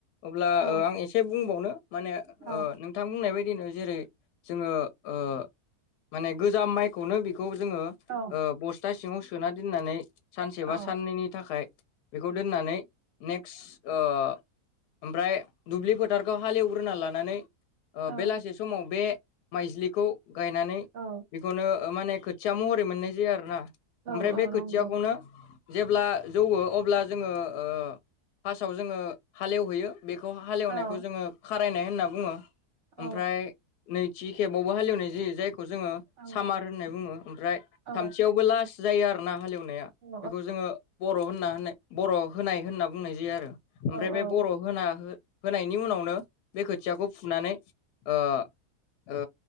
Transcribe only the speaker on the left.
अब्ला
ओ आं एसे बुंबावनो माने
ओ नों थां बुंनाय बायदिनो जेरै जोङो ओ माने गोजाम माइखौनो बेखौ जोङो ओ
बस्था सिङाव सोना दोननानै सेबा
साननैनि थाखाय बेखौ दोननानै ने <unintelligible> ओ ओमफ्राय दुब्लि फोथारखौ हालेवग्रोना लानानै
ओ बेलासे समाव बे माइज्लिखौ गायनानै
बेखौनो ओ माने खोथिया महरै मोननाय जायो आरोना
ओमफ्राय
बे
खोथियाखौनो जेब्ला जौवो अब्ला जोङो ओ फार्स्टआव जोङो हालेवहैयो। बेखौ हालेवनायखौ
जोङो खारायनाय होनना बुङो
ओमफ्राय नैथि खेबावबो हालेवनाय जायो जायखौ जोङो
सामार होननाय बुङो ओमफ्राय
थामथियावबो लास्ट जायो आर ना हालेवनाया
बेखौ जोङो बर' होनना होननाय बर' होनाय होनना बुंनाय जायो आरो। ओमफ्राय
बे
बर' होना हो-होनायनि उनावनो बे खोथियाखौ फुनानै ओ ओ